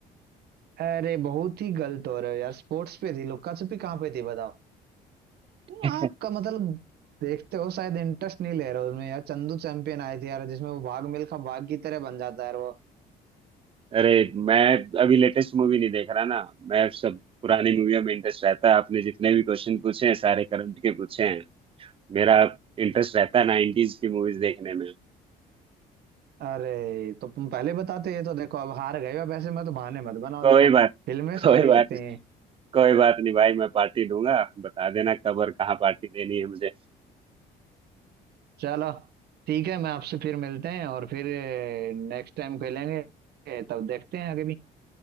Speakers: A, on the right; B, on the right.
A: अरे बहुत ही गलत हो रहे हो यार स्पोर्ट्स पे थी लुक्का छुपी कहाँ पे थी बताओ
B: <laughs>
A: आपका मतलब देखते हो शायद इंटरेस्ट नहीं ले रहे हो उसमें यार चंदू चैंपियन आए थे यार जिसमें वो भाग मिल्खा भाग की तरह बन जाता है यार वो
B: अरे मैं अभी लेटेस्ट मूवी नहीं देख रहा ना मैं सब पुरानी मूवियों में इंटरेस्ट रहता है आपने जितने भी क्वेश्चन पूछे हैं सारे करंट के पूछे हैं मेरा इंटरेस्ट रहता है नाइनटीज की मूवीज देखने में
A: अरे तो तुम पहले बताते ये तो देखो अब हार गए हो वैसे मत बहाने मत बनाओ
B: कोई
A: देखो
B: बात
A: फिल्में सारी
B: कोई बात
A: होती हैं
B: कोई बात नहीं भाई मैं पार्टी दूंगा बता देना कब और कहाँ पार्टी देनी है मुझे
A: चलो ठीक है मैं आपसे फिर मिलते हैं और फिर नेक्स्ट टाइम खेलेंगे तब देखते हैं आगे भी